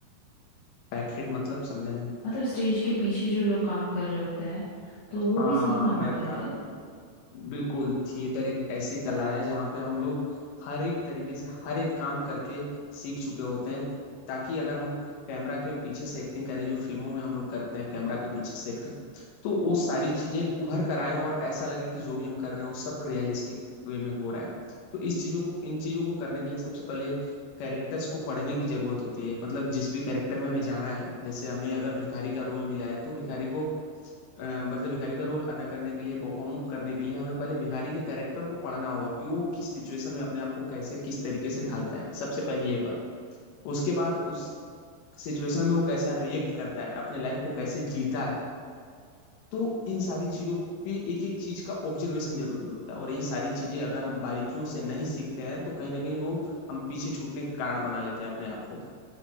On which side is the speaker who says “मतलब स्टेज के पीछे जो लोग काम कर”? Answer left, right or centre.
Left